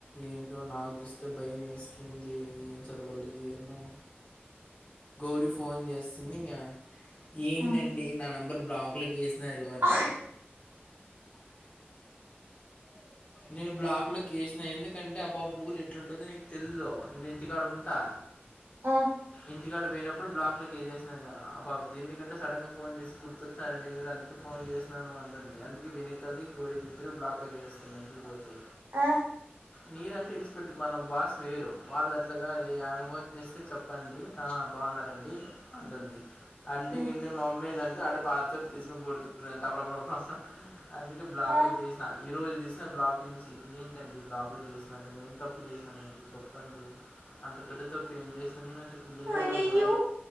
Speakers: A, on the left; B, on the right.
A: ఏంటో నాకు చూస్తే భయం వేస్తుంది ఏం చదవాలి ఏమో గౌరీ ఫోన్ చేస్తుంది ఇంగా ఏంటండి
B: ఉమ్.
A: నా నెంబర్ బ్లాక్ లోకి ఏస్ నరువనే
B: ఆ
A: నేను బ్లాక్ కి ఏస్ ఎందుకంటే అబ్బాబు బుగులు ఎట్లుంటుందో నీకు తెలిదు నవవు ఇంటికాడు ఉంటా
B: ఆ
A: ఇంటికాడు పోయినప్పుడు బ్లాక్లోకి ఏసేసిన ఎందుకంటే సడన్గా ఫోన్ చేసి గుర్తొచ్చినారండి మీరు అందుకు ఫోన్ చేసినాను అంటుంది అందుకు వినితది గోళ ఇద్దరు బ్లాక్లో వేసేస్తుంది ఇంటి కి పోతే
B: ఆ
A: నీదంటే ఇడిచిపెట్టి మన బాస్ వేరు వాళ్ళది అట్లాగా అ ఆమె ఫోన్ చేస్తే చెప్పండి ఆ బాగున్నారండి అంటుంది అండి
B: ఉమ్,
A: గిండి
B: ఉమ్,
A: మా మమ్మీ ఏంటంటే ఆడి పాత తీసుకొని కొడుతుందింటే అప్పుడప్పుడుప్పుడు అందుకే బ్లాక్
B: ఆ
A: లో పెటేసేసిన ఈ రోజు తీసిన బ్లాక్ నుంచి ఏంటండి బ్లాక్ లో చేసిన నేను ఏం తప్పు చేసిననండి చెప్పండి అంత పెద్ద తప్పు ఏం చేసిన నేను అంటే లేదు
B: ఆ అయ్యయ్యో
A: రగు